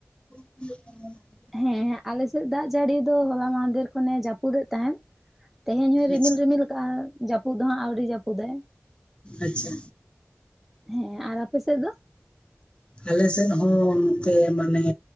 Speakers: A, on the left (about 25°); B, in the centre.
A: <inaudible>
B: ᱦᱮᱸ ᱟᱞᱮᱥᱮᱫ ᱫᱟᱜ ᱡᱟᱹᱲᱤ ᱫᱚ ᱦᱚᱞᱟ ᱢᱟᱦᱫᱮᱨ ᱠᱷᱚᱱᱮ ᱡᱟᱹᱯᱩᱫᱮᱫ ᱛᱟᱦᱮᱸᱱ᱾ ᱛᱮᱦᱮᱧ ᱦᱚᱸ ᱨᱤᱢᱤᱞ
A: ᱟᱪᱪᱷᱟ
B: ᱨᱤᱢᱤᱞ ᱠᱟᱜᱼᱟ ᱡᱟᱹᱯᱩᱫ ᱫᱚ ᱦᱟᱸᱜ ᱟᱹᱣᱨᱤ ᱡᱟᱹᱯᱩᱫᱟᱭ᱾
A: ᱟᱪᱪᱷᱟ᱾
B: ᱦᱮᱸ ᱟᱨ ᱟᱯᱮ ᱥᱮᱫ ᱫᱚ?
A: ᱟᱞᱮ ᱥᱮᱫ ᱦᱚᱸ ᱱᱚᱛᱮ ᱢᱟᱱᱮ